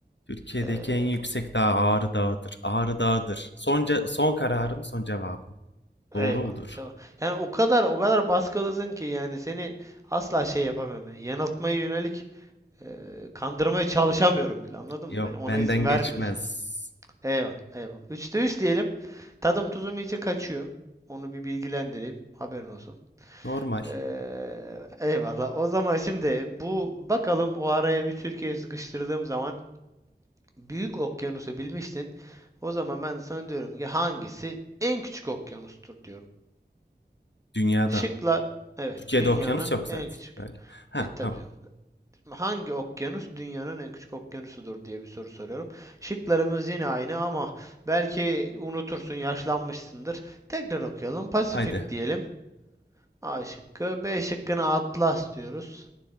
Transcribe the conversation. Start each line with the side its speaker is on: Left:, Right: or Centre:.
Left: Türkiye'deki
Right: Ee,
Left: en yüksek dağ Ağrı Dağı'dır. Ağrı Dağı'dır. Son, ce- son kararım, son cevabım. Doğru
Right: eyvallah,
Left: mudur?
Right: eyvallah. Yani o kadar o kadar baskılısın ki yani seni asla şey yapamıyorum. yani yanıltmaya yönelik e, kandırmaya çalışamıyorum bile. Anladın
Left: Yok,
Right: mı? Ben ona
Left: benden
Right: izin vermiyorsun.
Left: geçmez.
Right: yani. Eyvallah, eyvallah. Üçte üç diyelim. Tadım tuzum iyice kaçıyor. Onu bir bilgilendireyim. Haberin olsun.
Left: Normal.
Right: Ee, eyvallah. O zaman şimdi bu bakalım o araya bir Türkiye sıkıştırdığım zaman büyük okyanusu bilmiştin. O zaman ben de sana diyorum ki hangisi en küçük okyanustur diyorum.
Left: Dünyada.
Right: Şıklar evet
Left: Türkiye'de
Right: dünyanın
Left: okyanus yok zaten.
Right: en küçük
Left: Öyle. Ha,
Right: e tabii
Left: tamam.
Right: canım. Hangi okyanus dünyanın en küçük okyanusudur diye bir soru soruyorum. Şıklarımız yine aynı ama belki unutursun, yaşlanmışsındır. Tekrar okuyalım. Pasifik
Left: Haydi.
Right: diyelim. A şıkkı. B şıkkına Atlas diyoruz.